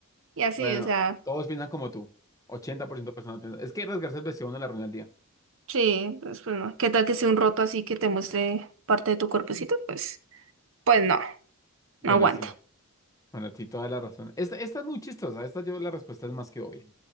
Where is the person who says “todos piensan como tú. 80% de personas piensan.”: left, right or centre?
Left